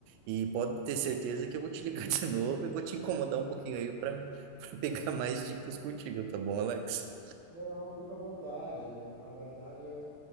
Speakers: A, on the right (about 85°); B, on the right (about 60°).
A: e pode ter certeza que eu vou te ligar <laughs> de novo e vou te incomodar um pouquinho aí para <laughs> pegar mais dicas contigo, tá bom, Alex?
B: Não, fica à vontade. É, Na verdade, é,